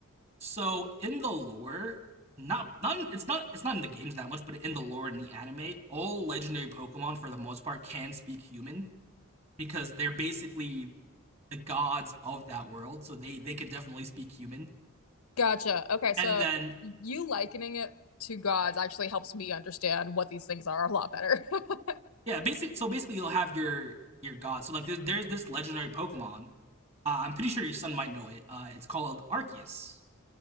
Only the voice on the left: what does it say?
Gotcha. Okay, so
you likening it to gods actually helps me understand what these things are a lot better. <laughs> I